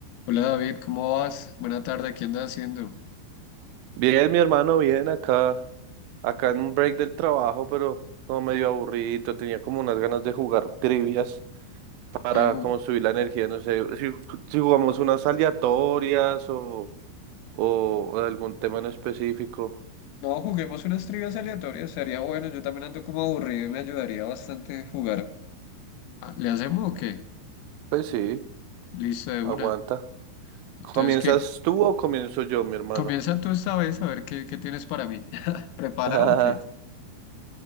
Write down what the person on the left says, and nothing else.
Hola David, ¿cómo vas? Buena tarde, ¿qué andas haciendo?
¿Qué ju-
No, juguemos unas trivias aleatorias, sería bueno, yo también ando como aburrido y me ayudaría bastante jugar. Ah, ¿Le hacemos o qué?
Listo, de una.
Entonces,
¿qué?
Comienza tú esta vez a ver qué, qué tienes para mí. <laughs> ¿Preparado
o qué?